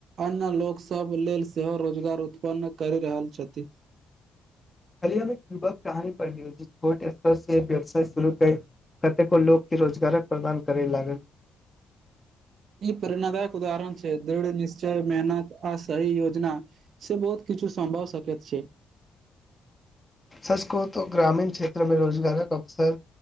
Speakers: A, on the right; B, on the left.
A: अन्य लोकसभ लेल, सेहो रोजगार उत्पन्न करि रहल छथि।
B: काली हम एक, युवक कहानी पढ़लिए। छोट स्तर से व्यवसाय शुरू कए, कतेको लोक के रोजगारो प्रदान करे लागल।
A: ई प्रेरणादायक उदाहरण छै, दृढ़ निश्चय, मेहनत, आ सही योजना से बहुत किछु सँ, भऽ सकैत छै।
B: सच कहो तो ग्रामीण क्षेत्रमे रोजगारक अवसर